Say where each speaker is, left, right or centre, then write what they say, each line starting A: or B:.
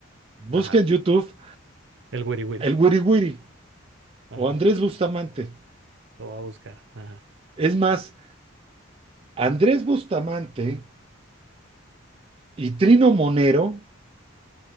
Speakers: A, on the right; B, on the right.
A: busca
B: ajá
A: en YouTube
B: El wiri wiri.
A: el Wiri Wiri
B: Ajá.
A: o Andrés Bustamante.
B: Lo va a buscar. Ajá.
A: Es más, Andrés Bustamante y Trino Monero,